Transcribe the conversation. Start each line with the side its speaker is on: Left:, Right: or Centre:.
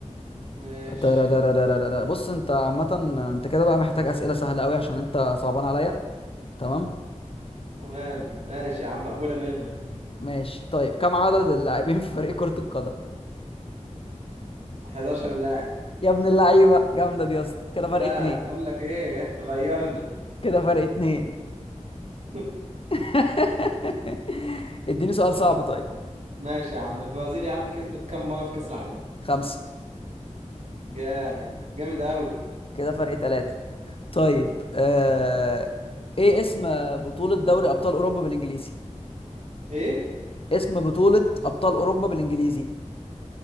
Right: ماشي
Left: ترارارارارارا. بص انت عامة انت كده بقى محتاج اسئلة سهلة قوي عشان انت صعبان عليا تمام
Right: تمام ماشي يا عم مقبولة منك
Left: ماشي طيب كم عدد اللاعبين في فريق كرة القدم
Right: 11 لاعب
Left: يا ابن اللعيبة جامدة دي يا اسطى كده فرق
Right: لا
Left: اتنين
Right: بقول لك ايه اتغيرنا
Left: كده فرق اتنين
Right: <laughs>
Left: <laughs> اديني سؤال صعب طيب
Right: ماشي يا عم البرازيل يا عم كسبت كام مرة في كأس العالم؟
Left: خمسة
Right: جامد جامد قوي
Left: كده فرق تلاتة طيب آه... ايه اسم بطولة دوري ابطال اوروبا بالانجليزي
Right: ايه؟
Left: اسم بطولة ابطال اوروبا بالانجليزي